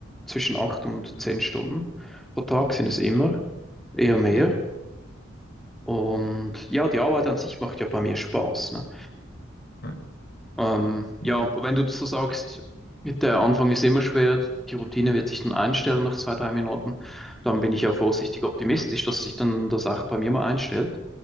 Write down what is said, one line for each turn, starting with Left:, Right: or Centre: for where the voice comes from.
Centre: zwischen acht und zehn Stunden pro Tag sind es immer, eher mehr.
Left: ja,
Centre: Und ja, die Arbeit an sich macht ja bei mir Spaß, ne?
Left: ja.
Centre: Ähm, ja,
Left: Hm.
Centre: aber wenn du das so sagst, der Anfang ist immer schwer, die Routine wird sich dann einstellen nach zwei, drei Minuten, dann bin ich ja vorsichtig optimistisch, dass sich dann das auch bei mir mal einstellt.